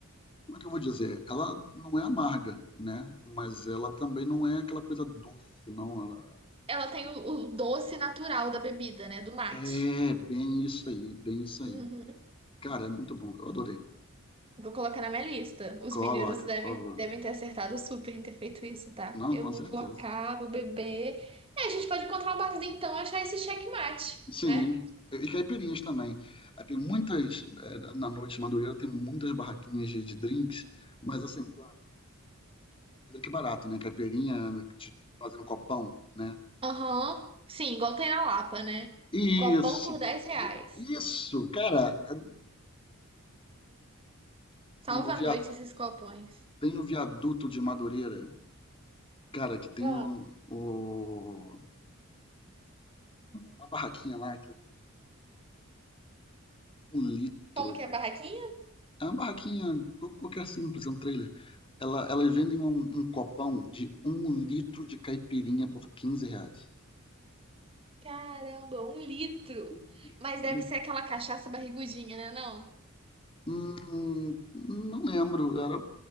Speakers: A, on the left; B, on the right.
A: como é que eu vou dizer? Ela não é amarga, né? Mas ela também não é aquela coisa doce, não. Ela
B: Ela tem o, o doce natural da bebida, né? Do mate.
A: é bem isso aí, bem isso aí.
B: Uhum.
A: Cara, é muito bom. Eu adorei.
B: Vou colocar na minha lista. Os
A: Coloca,
B: mineiros devem,
A: por favor.
B: devem ter acertado super em ter feito isso, tá?
A: Não,
B: Eu
A: com
B: vou
A: certeza.
B: colocar, vou beber. É, a gente pode encontrar um barzinho então e achar esse checkmate,
A: Sim.
B: né?
A: E caipirinhas também. Aí tem muitas, eh, na noite de Madureira, tem muitas barraquinhas de, de drinks, mas assim, claro, drink barato, né? Caipirinha, né, te fazendo copão, né?
B: Aham. Sim, igual tem na Lapa, né?
A: Isso.
B: Copão por 10 reais.
A: i- Isso, cara. é-
B: Salva
A: não, o via-
B: a noite esses copões.
A: tem o viaduto de Madureira, cara, que tem
B: Ah.
A: o, o- uma barraquinha lá que vem um litro
B: Como que é a barraquinha?
A: É uma barraquinha qual- qualquer simples, é um trailer. Ela, elas vendem um, um copão de um litro de caipirinha por 15 reais.
B: Caramba, um litro.
A: Um litro.
B: Mas deve ser aquela cachaça barrigudinha, né? Não?
A: Hum, não lembro. Era,